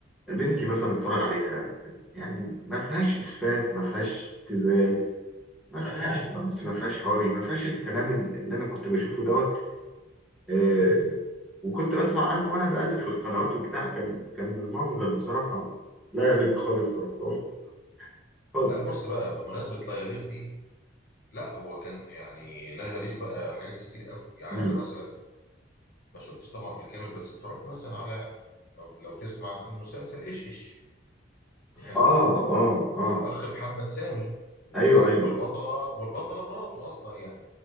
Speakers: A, in the centre; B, on the left (about 50°).
A: بنتي مثلا بتتفرج عليها يعني ما فيهاش إسفاف ما فيهاش ابتذال ما فيهاش
B: ايوه ظريفه
A: نص ما
B: خفيفه.
A: فيهاش حواري ما فيهاش الكلام اللي أنا كنت بشوفه دوت آه،
B: مم.
A: وكنت بسمع عنه وأنا بقلب في القنوات وبتاع كان كان المنظر بصراحة لا يليق خالص برمضان خالص
B: لا بص
A: يعني
B: بقى بمناسبه لا يليق دي لا هو كان يعني لا يليق بقى حاجات كتير قوي يعني
A: مم.
B: انا مثلا ما شفتش طبعا بالكامل بس اتفرجت مثلا على او لو تسمع عن مسلسل ايش ايش يعني
A: اه اه اه
B: الاخ محمد سامي و-
A: ايوه ايوه
B: والبطله والبطله مراته اصلا يعني